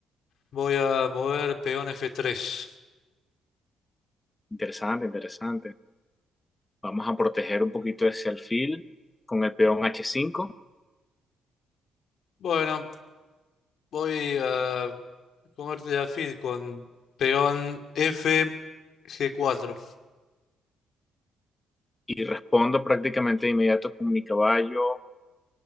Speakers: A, on the left; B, on the left.
A: voy a mover peón F3.
B: Interesante, interesante. Vamos a proteger un poquito ese alfil con el peón H5
A: Bueno, voy a comerte la alfil con peón F G4.
B: y respondo prácticamente de inmediato con mi caballo